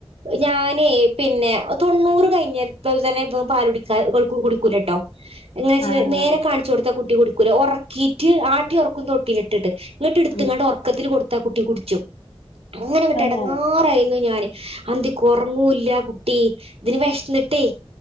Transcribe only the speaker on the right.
ഞാനേ പിന്നെ തൊണ്ണൂറ് കഴിഞ്ഞൽപ്പ തന്നെ ഇവൻ പാലുകുടിക്ക കൊഴിക്കു കുടിക്കൂല്ലട്ടോ ഇങ്ങനെ ചെയ്
നേരെ കാണിച്ചു കൊടുത്ത കു ട്ടി കുടിക്കൂല ഒറക്കീട്ട് ആട്ടിയൊറക്കും തൊട്ടീലിട്ടിട്ട്. എന്നിട്ടെടുത്തിങ്ങാട്
ഒറക്കത്തില് കൊടു ത്ത കുട്ടി കുടിച്ചും അങ്ങനെങ്ങട്ട്
എടങ്ങാറായിരുന്നു ഞാന്. അന്തിക്കൊറങ്ങോ ഇല്ല കുട്ടി ഇതിനു വിശന്നിട്ടേ.